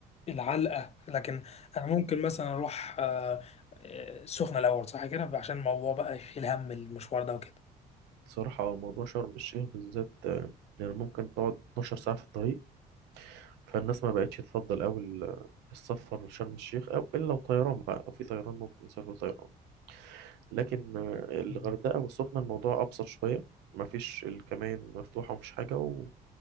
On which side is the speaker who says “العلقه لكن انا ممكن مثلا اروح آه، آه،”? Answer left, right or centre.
Left